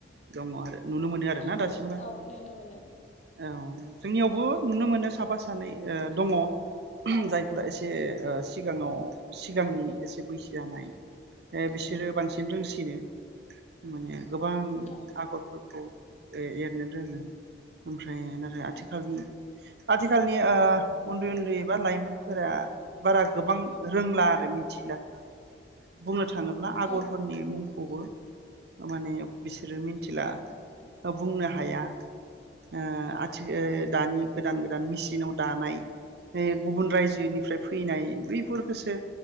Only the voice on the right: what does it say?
दङ आरो नुनो मोनो आरो
ना दासिमबो
औ जोंनियावबो नुनो मोनो साफा सानै ओ दङ।
जायफोरा एसे से ओ सिगाङाव सिगांनि एसे बैसो जानाय ए
बिसोरो बांसिन रोंसि सिनो माने गोबां
आग'रफोर खौ ओ एरनो रोङो ओमफ्राय ओमफाय नाथाय आथिखालनि
आथिखालनि ओ उन्दै उन्दै बा लाइमोनफोरा बारा गोबां रोंला आरो मिथिला बुंनो थाङोब्ला आग'रफोरनि
मुंखौ। खौबो ओ माने बिसोरो मिथिला
बा बुंनो हाया। ओ आथिखो दानि गोदान गोदान मिचिनाव दानाय ओ गुबुन रायजोनिफ्राय फैनाय बैफोरखौसो